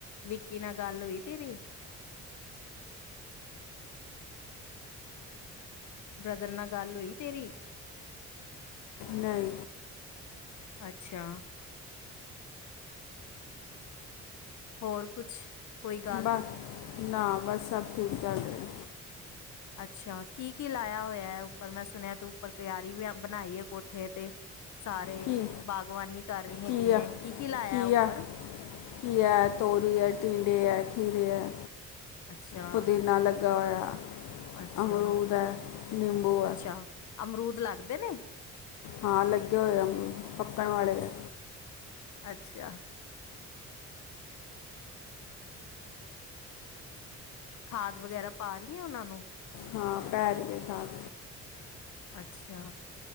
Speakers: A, on the left; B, on the left.
A: ਵਿੱਕੀ ਨਾਲ ਗੱਲ ਹੋਈ ਤੇਰੀ? ਬ੍ਰਦਰ, ਨਾਲ ਗੱਲ ਹੋਈ ਤੇਰੀ?
B: ਨਹੀਂ।
A: ਅੱਛਾ। ਹੋਰ, ਕੁਛ? ਕੋਈ ਗੱਲ
B: ਬਾ, ਨਾ, ਬਸ ਸਬ ਠੀਕ ਚੱਲ ਰਿਹਾ।
A: ਅੱਛਾ, ਕੀ, ਕੀ ਲਾਇਆ ਹੋਇਆ ਏ ਉੱਪਰ? ਮੈਂ ਸੁਣਿਆ ਤੂੰ ਉੱਪਰ ਕਿਆਰੀ ਵੀ, ਆ ਬਨਾਈ ਏ ਕੋਠੇ ਤੇ। ਸਾਰੇ,
B: ਕੀ
A: ਬਾਗਵਾਨੀ ਕਰ ਰਹੀ ਹੈਗੀ
B: ਘੀਆ
A: ਹੈ, ਕੀ- ਕੀ ਲਾਇਆ
B: ਘੀਆ
A: ਉੱਪਰ?
B: ਘੀਆ, ਤੋਰੀ ਟੀਂਡੇ ਹੈ, ਖੀਰੇ ਹੈ,
A: ਅੱਛਾ
B: ਪੁਦੀਨਾ ਲੱਗਾ ਹੋਇਆ।
A: ਅੱਛਾ
B: ਅਮਰੂਦ ਐ, ਨਿੰਬੂ ਐ
A: ਅੱਛਾ ਅਮਰੂਦ ਲੱਗਦੇ ਨੇ?
B: ਹਾਂ, ਲੱਗੇ ਹੋਏ ਐ ਅਮਰੂਦ, ਪੱਕਣ ਵਾਲੇ ਆ।
A: ਅੱਛਾ। ਖਾਦ, ਵਗੈਰਾ ਪਾ ਰਹੀ ਐਂ ਉਹਨਾਂ ਨੂੰ?
B: ਹਾਂ, ਪੈ ਰਹੀ ਹੈ ਖਾਦ।
A: ਅੱਛਾ,